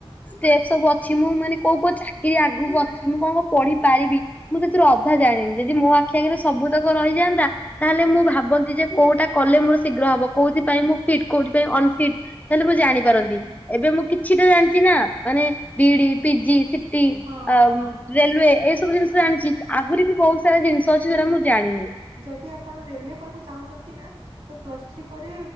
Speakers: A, on the left; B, on the right.
A: ଷ୍ଟେପ ସବୁ ଅଛି ମୁଁ ମାନେ କୋଉ କୋଉ ଚାକିରି ଆଗକୁ ଅଛି ମୁଁ କଣ କଣ ପଢ଼ିପାରିବି? ମୁଁ ସେଥିରୁ ଅଧା ଜାଣିନି ଯଦି ମୋ ଆଖି ଆଗରେ ସବୁତକ ରହିଯାଆନ୍ତା। ତାହେଲେ
B: ହୁଁ
A: ମୁଁ ଭାବନ୍ତି ଯେ କୋଉଟା କଲେ ମୋର ଶୀଘ୍ର ହବ କୋଉଥି ପାଇଁଁ ମୁଁ ଫିଟ୍ କୋଉଥି ପାଇଁ ଅନଫିଟ୍ ତାହେଲେ ମୁଁ ଜାଣିପାରନ୍ତି
B: ହୁଁ
A: ଏବେ ମୁଁ କିଛିଟା ଜାଣିଛି ନା ମାନେ ବିଇଡି, ପିଜି, ସି ଟି
B: ହଁ
A: ଆଉ
B: ହଁ
A: ରେଲୁୱେ ଏଇ ସବୁ ଜିନିଷ ଜାଣିଛି ଆହୁରି ବି ବହୁତ ସାରା ଜିନିଷ ଅଛି ଯୋଉଟା ମୁଁ ଜାଣିନି।
B: ଯଦି ଆପଣ ରେଲୱେ କରିବାକୁ ଚାହୁଁଛନ୍ତି ନା ତ ପ୍ଲସ ଥ୍ରୀ ପରେ